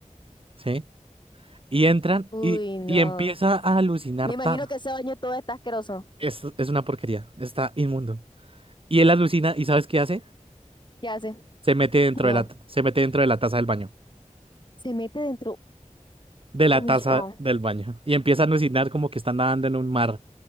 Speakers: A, on the right; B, on the left.
A: ¿sí? Y entran
B: Uy,
A: y,
B: no.
A: y empieza a alucinar.
B: Me imagino
A: tan-
B: que ese baño todo está asqueroso.
A: Es, es una porquería, está inmundo. Y él alucina y ¿sabes qué hace?
B: ¿Qué hace?
A: Se mete dentro
B: No,
A: de la, t- se mete dentro de la taza del baño,
B: se mete dentro.
A: de la
B: Uy,
A: taza
B: no.
A: del baño. Y empieza a alucinar como que está nadando en un mar